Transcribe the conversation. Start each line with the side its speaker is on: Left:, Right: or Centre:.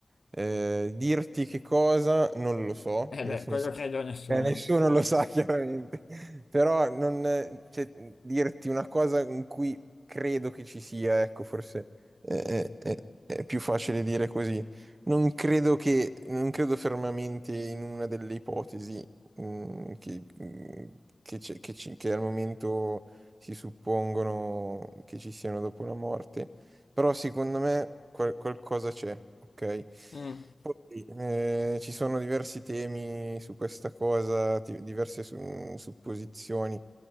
Right: Eh, dirti che cosa non lo so,
Left: Eh
Right: nel
Left: beh,
Right: senso
Left: quello credo a nessuno.
Right: eh, nessuno lo sa chiaramente, <laughs> però non, eh, cioè, dirti una cosa in cui credo che ci sia, ecco, forse eh, eh, eh, è, più facile dire così. Non credo che, non credo fermamente in una delle ipotesi mm, che, mm, che c'è- che ci- che al momento si suppongono che ci siano dopo la morte, però secondo me qual- qualcosa c'è, ok?
Left: Mm.
Right: Poi, eh, ci sono diversi temi su questa cosa, ti- diverse su- supposizioni.